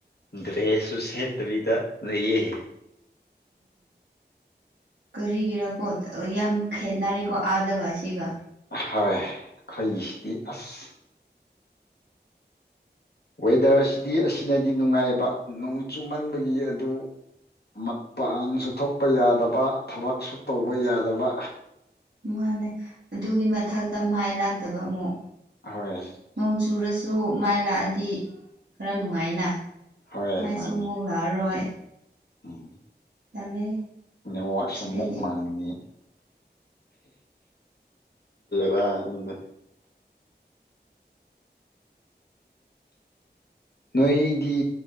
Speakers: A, on the left; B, on the right.
A: ꯗ꯭ꯔꯦꯁꯁꯨ ꯁꯦꯠꯇꯕꯤꯗ ꯂꯩꯌꯦꯦꯍꯦ
B: ꯀꯔꯤꯒꯤꯦꯔꯀꯣꯗ ꯌꯥꯝ ꯈꯦꯠꯅꯔꯦꯀꯣ ꯑꯥꯗꯒ ꯁꯤꯒ
A: ꯍꯣꯏ ꯑꯩꯈꯣꯏꯒꯤꯁꯤꯗꯤ ꯑꯁ ꯋꯦꯗꯔꯁꯤꯗꯤ ꯑꯁꯤꯅꯗꯤ ꯅꯨꯡꯉꯥꯏꯕ ꯅꯣꯡ ꯆꯨꯝꯃꯟꯕꯒꯤ ꯑꯗꯨ ꯃꯄꯥꯟꯁꯨ ꯊꯣꯛꯄ ꯌꯥꯗꯕ ꯊꯕꯛꯁꯨ ꯇꯧꯕ ꯌꯥꯗꯕ
B: ꯃꯥꯅꯦ ꯑꯗꯨꯒꯤ ꯃꯊꯛꯇ ꯃꯥꯏ ꯂꯥꯛꯇꯕ ꯑꯃꯨꯛ
A: ꯍꯣꯏ
B: ꯃꯎꯟ ꯁꯨꯔꯁ ꯁꯨ ꯃꯥꯏ ꯂꯥꯛꯑꯗꯤ ꯈꯔ ꯅꯨꯡꯉꯥꯏꯅ
A: ꯍꯣꯏ
B: ꯃꯥꯏꯁꯨ
A: ꯃꯥꯅꯤ
B: ꯑꯃꯨꯛ ꯂꯥꯛꯑꯔꯣꯏ
A: ꯎꯝ
B: ꯇꯜꯂꯦ
A: ꯅꯦꯠꯋꯥꯛꯁꯨ
B: ꯁꯤꯗꯗꯤ
A: ꯑꯃꯨꯛ ꯃꯥꯡꯉꯤꯅꯤ ꯔ ꯅꯅ ꯅꯣꯏꯗꯤ